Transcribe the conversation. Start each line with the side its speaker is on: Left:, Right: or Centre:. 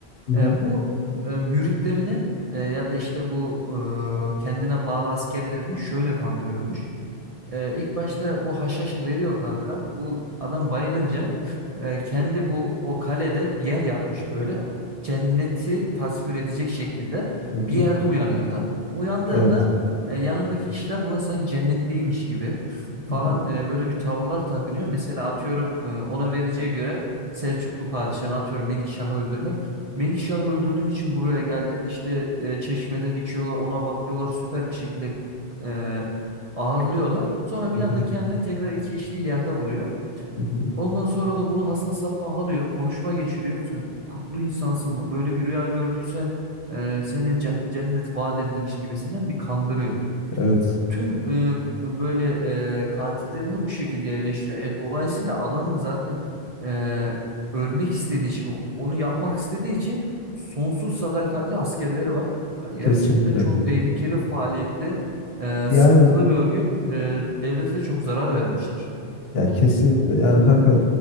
Left: Hı hı,
Right: E, bu e, müritlerini e, ya da işte bu e, kendine bağlı askerlerini şöyle kandırıyormuş. Ee, ilk başta bu haşhaşı veriyor kanka. Bu adam bayılınca e, kendi bu o kalede bir yer yapmış böyle. Cenneti tasvir edecek şekilde
Left: hı
Right: bir
Left: hı.
Right: yerde uyanıyor adam. Uyandığında
Left: Evet.
Right: e, yanındaki kişiler buna sanki cennetteymiş gibi falan
Left: Hı hı,
Right: e, böyle bir tavırlar takınıyor. Mesela atıyorum e, ona vereceği görev Selçuklu padişahını atıyorum Melikşah'ı öldürmek. Melikşah'ı öldürdüğün için buraya geldin işte e, çeşmeden içiyorlar ona bakıyorlar süper bir şekilde e, ağırlıyorlar. Sonra bir
Left: hı hı,
Right: anda kendini tekrar ilk içtiği yerde buluyor.
Left: hı hı.
Right: Ondan sonra da bunu Hasan Sabbah alıyor. Konuşma geçiriyor. Sen kutlu insansın. Böyle bir rüya gördüysen e, seni cen- cennet vaat edilmiş gibisinden bir kandırıyor.
Left: Evet.
Right: Tüm e, böyle e, katillerini de bu şekilde yerleştiriyor. E, dolayısıyla adamın zaten e, ölmek istediği için, o- onu yapmak istediği için sonsuz sadakatli askerleri var. Ha, Gerçekten
Left: Kesinlikle.
Right: çok tehlikeli faaliyette, e,
Left: Yani
Right: sıkıntılı bir örgüt. E, devlete de çok zarar vermiştir.
Left: Ya kesinlikle. Yani kanka